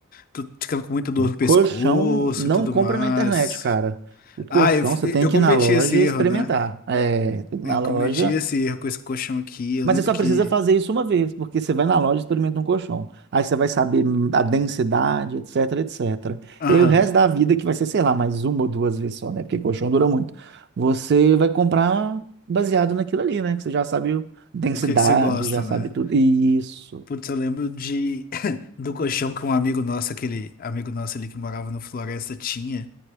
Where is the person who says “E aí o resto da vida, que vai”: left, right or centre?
Right